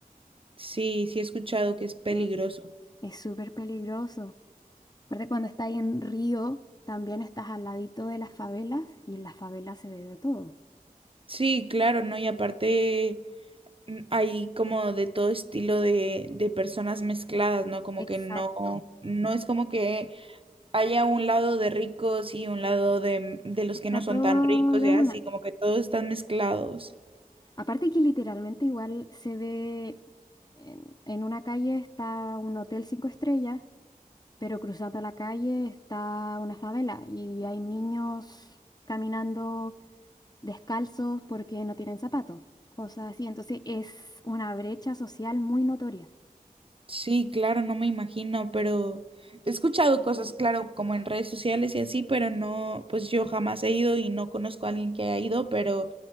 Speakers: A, on the right; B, on the left.
A: Sí, sí he escuchado que es peligroso.
B: Mm, Es súper peligroso. Aparte, cuando estás ahí en Río, también estás al ladito de las favelas y en las favelas se ve de todo.
A: Sí, claro, ¿no? Y aparte mm, hay como de todo estilo de, de personas mezcladas, ¿no? Como
B: Exacto.
A: que no, no es como que haya un lado de ricos y un lado de, de los
B: Está
A: que no son
B: todo
A: tan ricos,
B: de
A: ya
B: una.
A: así, como que todos están mezclados.
B: Aparte que literalmente igual se ve en, en una calle está un hotel cinco estrellas, pero cruzando la calle está una favela y hay niños caminando descalzos porque no tienen zapatos, cosas así. Entonces es una brecha social muy notoria.
A: Sí, claro, no me imagino, pero he escuchado cosas, claro, como en redes sociales y así, pero no, pues yo jamás he ido y no conozco a alguien que haya ido, pero,